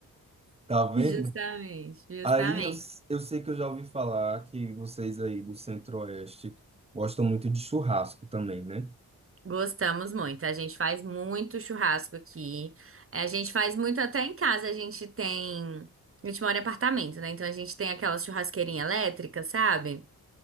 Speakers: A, on the right; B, on the right.
A: Tá vendo?
B: Justamente,
A: Aí
B: justamente.
A: eu, s- eu sei que eu já ouvi falar que vocês aí do Centro-Oeste gostam muito de churrasco também, né?
B: Gostamos muito. A gente faz muito churrasco aqui. É, A gente faz muito até em casa. A gente tem. A gente mora em apartamento, né? Então a gente tem aquela churrasqueirinha elétrica, sabe?